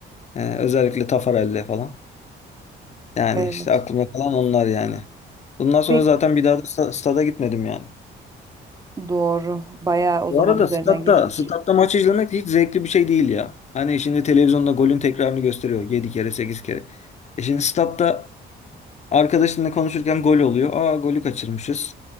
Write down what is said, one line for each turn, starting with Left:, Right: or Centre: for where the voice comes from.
Left: Ee, özellikle Tafarel'le falan. Yani
Right: Evet.
Left: işte aklımda kalan onlar yani. Bundan sonra
Right: Pek
Left: zaten bir daha da sta- stada gitmedim yani.
Right: doğru. Bayağı o
Left: Bu
Right: zaman
Left: arada
Right: üzerinden
Left: statta,
Right: geçmiş.
Left: statta maçı izlemek hiç zevkli bir şey değil ya. Hani şimdi televizyonda golün tekrarını gösteriyor 7 kere 8 kere. E şimdi statta Arkadaşınla konuşurken gol oluyor. Aa golü kaçırmışız.